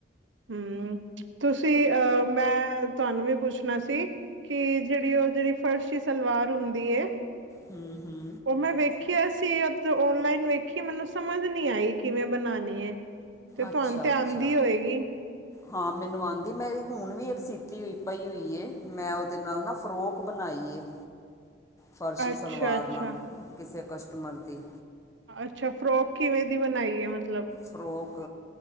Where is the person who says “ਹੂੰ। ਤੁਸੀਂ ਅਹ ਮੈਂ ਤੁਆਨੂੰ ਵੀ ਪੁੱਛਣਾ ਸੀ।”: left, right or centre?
Right